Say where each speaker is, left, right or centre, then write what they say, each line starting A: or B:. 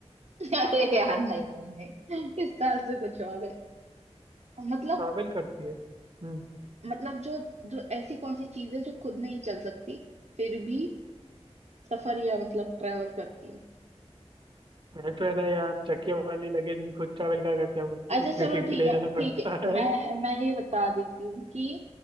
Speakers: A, on the right (about 75°); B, on the right (about 45°).
A: <laughs> अरे यार नहीं नहीं नहीं इसका आंसर कुछ और है मतलब
B: ट्रैवल करती है हम्म
A: मतलब जो जो ऐसी कौन सी चीज है जो खुद नहीं चल सकती फिर भी सफर या मतलब ट्रैवल करती है
B: वैसे तो है ना यार चक्के वाली लगेज भी खुद ट्रैवल क्या करते हैं हमको घसीट
A: अच्छा चलो
B: घसीट
A: ठीक
B: के ले
A: है
B: जाना
A: ठीक
B: पड़ता
A: है
B: है
A: मैं मैं ये बता देती हूँ कि